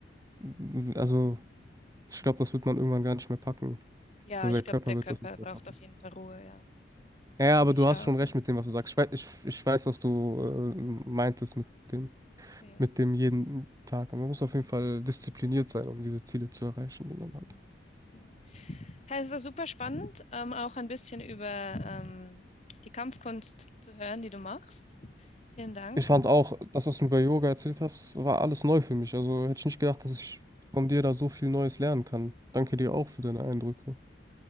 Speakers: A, on the right; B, on the left.
A: mm, also ich glaube, das wird man irgendwann gar nicht mehr packen.
B: ja,
A: Also
B: ich
A: der Körper
B: glaube, der
A: wird
B: Körper
A: das nicht
B: braucht
A: mehr packen.
B: auf jeden Fall Ruhe, ja.
A: Ja,
B: Das
A: ja,
B: denke
A: aber du
B: ich
A: hast
B: auch.
A: schon recht
B: Ja,
A: mit dem, was du sagst. Ich, wei- ich, ich weiß, was du äh, meintest mit dem,
B: ja.
A: mit dem jeden Tag. Und man muss auf jeden Fall diszipliniert
B: ja.
A: sein, um diese Ziele zu erreichen, die man
B: Hm,
A: hat.
B: genau. Ja, es war super spannend, ähm, auch ein bisschen über ähm, die Kampfkunst zu hören, die du machst. Vielen Dank.
A: Ich fand auch, das, was du über Yoga erzählt hast, war alles neu für mich. Also hätte ich nicht gedacht, dass ich von dir da so viel Neues lernen kann. Danke dir auch für deine Eindrücke.